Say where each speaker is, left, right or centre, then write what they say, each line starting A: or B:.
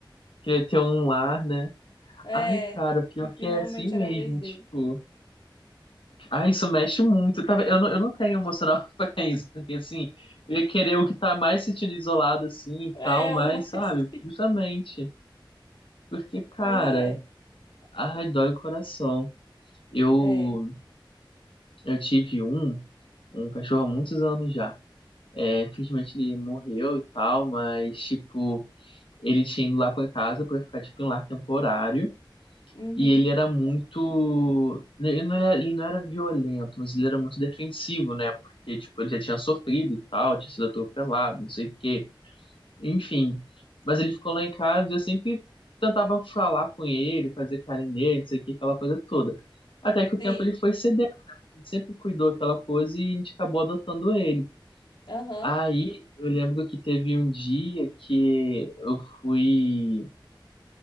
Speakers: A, on the left (about 85°); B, on the left (about 65°).
A: queria ter um lar, né?
B: É,
A: Ai, cara, pior
B: que finalmente
A: que é assim
B: era
A: mesmo,
B: a vez dele.
A: tipo. Ai, isso mexe muito. Tá, eu não, eu não tenho emocional <laughs> pra isso, porque assim, eu ia querer o que tá mais sentindo isolado assim e
B: É,
A: tal, mas,
B: o mais.
A: sabe,
B: <laughs>
A: justamente. Porque, cara.
B: Pois é.
A: Ai, dói o coração. Eu,
B: É.
A: eu tive um, um cachorro há muitos anos já. É, infelizmente ele morreu e tal, mas, tipo, ele tinha ido lá pra casa pra ficar, tipo, em lar temporário.
B: Uhum.
A: E ele era muito. né, Ele não era, ele não era violento, mas ele era muito defensivo, né? Porque, tipo, ele já tinha sofrido e tal, tinha sido atropelado, não sei o quê. Enfim. Mas ele ficou lá em casa e eu sempre tentava falar com ele, fazer carinho nele, isso aqui, aquela coisa toda. Até que o
B: Sim.
A: tempo ele foi cedendo, né? A gente sempre cuidou aquela coisa e a gente acabou adotando ele.
B: Aham.
A: Aí eu lembro que teve um dia que eu fui,